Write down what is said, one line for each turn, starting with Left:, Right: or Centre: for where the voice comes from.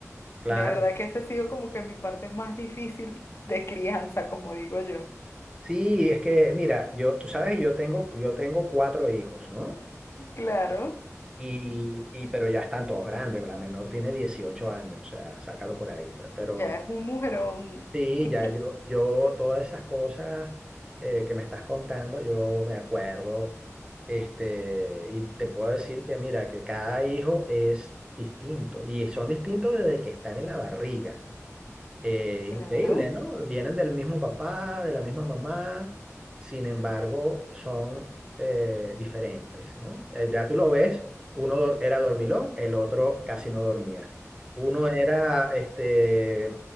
Right: Claro.
Left: De verdad que esa ha sido como que mi parte más difícil de crianza, como digo yo.
Right: Sí, es que, mira, yo, tú sabes que yo tengo, yo tengo cuatro hijos, ¿no?
Left: Claro,
Right: Y, y, pero ya están todos grandes. La menor tiene 18 años, o sea, sácalo por ahí, pues. Pero
Left: ya es un mujerón.
Right: sí,
Left: <laughs>
Right: ya yo, yo, todas esas cosas eh, que me estás contando, yo me acuerdo. Este, y te puedo decir que, mira, que cada hijo es distinto. Y son distintos desde que están en la barriga. eh,
Left: Claro.
Right: increíble, ¿no? Vienen del mismo papá, de la misma mamá, sin embargo, son eh, diferentes, ¿no? Eh, ya tú lo ves, uno dor- era dormilón, el otro casi no dormía. Uno era este,